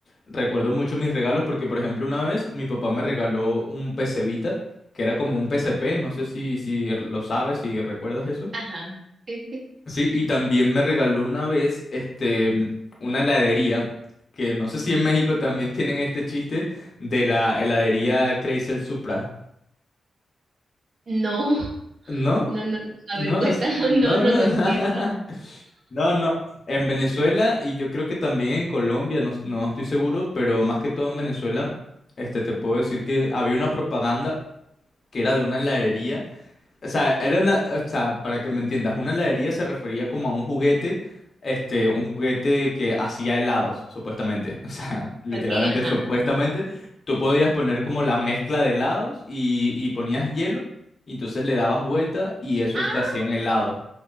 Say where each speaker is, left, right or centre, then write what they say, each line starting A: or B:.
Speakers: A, on the left; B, on the right.
A: recuerdo mucho mis regalos porque, por ejemplo, una vez mi papá me regaló un PC Vita, que era como un PSP, no sé si, si lo sabes, si recuerdas eso.
B: Ajá. Sí, sí, sí.
A: Sí, y también me regaló una vez, este, una heladería, que no sé si en México también tienen este chiste de la heladería Crazy El Supra.
B: No,
A: ¿No?
B: no, no, no. A
A: No,
B: ver, cuéntalo.
A: es-
B: <laughs>
A: no,
B: No, no,
A: no.
B: no
A: <laughs>
B: entiendo.
A: No, no. En Venezuela y yo creo que también en Colombia, no, no estoy seguro, pero más que todo en Venezuela, este, te puedo decir que había una propaganda que era de una heladería O sea, era una, o sea, para que me entiendas, una heladería se refería como a un juguete, este, un juguete que hacía helados, supuestamente. <laughs> O sea, literalmente,
B: Ok, ajá.
A: supuestamente, tú podías poner como la mezcla de helados y, y ponías hielo, y entonces le dabas vuelta y eso
B: Ah,
A: te hacía un helado.